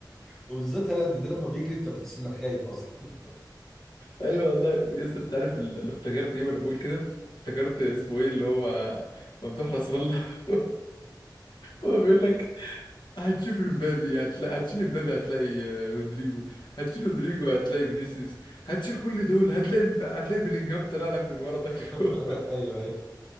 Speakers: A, in the centre; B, on the left.
A: وبالذات هالاند ده لما بيجري انت بتحس انك خايف اصلا
B: ايوه والله يس انت عارف اللي افتكرت ايه وانا بقول كده افتكرت اسمه ايه اللي هو ممدوح نصر الله <laughs> هو بيقول لك هتشوف امبابي هتلاقي هتشيل امبابي هتلاقي آه، رودريجو هتشيل رودريجو هتلاقي فينيسيوس هتشيل كل دول هتلاقي مب- هتلاقي بيلينجهام طلع لك من ورا داخل
A: <laughs>
B: <laughs> جوه.
A: ايوه ايوه